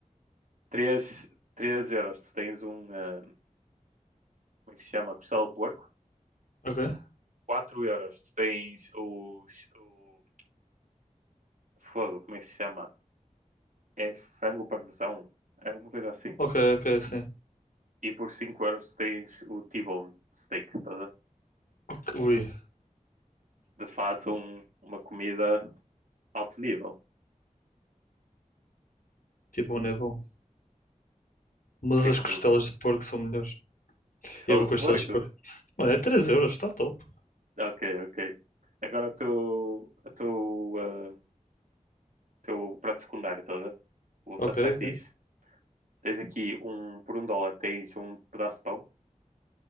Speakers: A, on the right; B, on the left.
A: Três, três euros, tu tens um... ah, como é que se chama? Costela de porco.
B: Ok.
A: Quatro euros, tu tens os... O, fogo, como é que se chama? É frango parmesão? É alguma coisa assim.
B: Ok, ok, sim.
A: E por cinco euros, tu tens o T-bone steak. Tá? a ver?
B: Ok, Ui.
A: De fato, um- uma comida alto nível. O
B: Tipo, não é bom. Mas
A: que é
B: as
A: que tu.
B: costelas de porco são melhores.
A: Pistolas
B: E Eu vou
A: de
B: com
A: porco?
B: as todas por. Mano, é 3 euros, está top.
A: Ok, ok. Agora o teu, a teu, ah, teu prato secundário, toda. a ver? O-
B: Ok,
A: a side
B: ok,
A: dish. Tens aqui um, por um dólar tens um pedaço de pão.